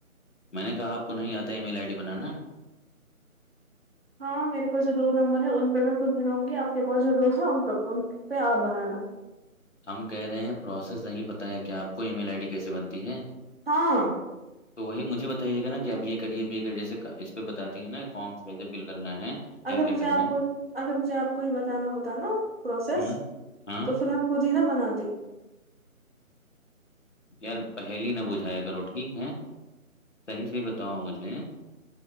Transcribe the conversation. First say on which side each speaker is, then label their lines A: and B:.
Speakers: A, on the left (about 55°); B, on the right (about 45°).
A: میں نے کہا آپ کو نہیں آتا ای میل آئی ڈی بنانا
B: ہاں میرے پاس جو دو نمبر ہے ان پہ میں خود بناؤں گی آپ کے پاس جو دو ہے ان ان پہ آپ بنانا
A: ہم کہہ رہے ہیں پروسیس نہیں پتہ ہے کیا آپ کو ای میل آئی ڈی کیسے بنتی ہے
B: ہاں
A: تو وہی مجھے بتائیے گا نا کہ آب یہ کریے بھی یہ کرے جیسے پہ بتاتی ہیں نا فارمس کیسے فل کرنا ہے کیا
B: اگر
A: کیا
B: مجھے
A: کرنا
B: آپ
A: ہے
B: کو اگر مجھے آپ کو یہ بتانا ہوتا نا پروسیس
A: ہ ہاں
B: تو پھر میں خود ہی نہ بنات دی
A: یار پہل ہی نہ بجھایا کرو ٹھیک ہے صحیح سےحی بتاؤ مجھے